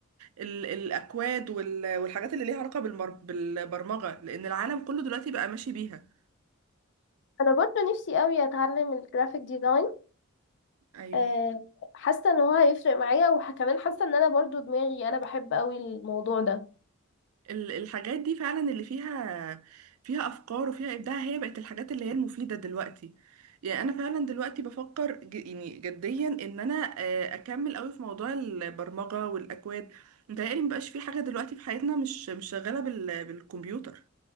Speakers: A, on the right; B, on the left.
A: ال الاكواد وال- والحاجات اللي ليها علاقة بالمر- بالبرمجة لان العالم كله دلوقتي بقى ماشي بيها
B: انا برضو نفسي قوي اتعلم الجرافيك ديزاين
A: ايوه
B: آه، حاسة ان هو هيفرق معايا وكمان حاسة ان انا برضو دماغي انا بحب قوي الموضوع ده
A: ال- الحاجات دي فعلا اللي فيها فيها افكار وفيها ابداع هي بقت الحاجات اللي هي المفيده دلوقتي يعني انا فعلا دلوقتي بفكر ج- يعني جديا ان انا آه، اكمل قوي في موضوع البرمجه والاكواد متهيألي مبقاش في حاجه دلوقتي في حياتنا مش مش شغاله بال- بالكمبيوتر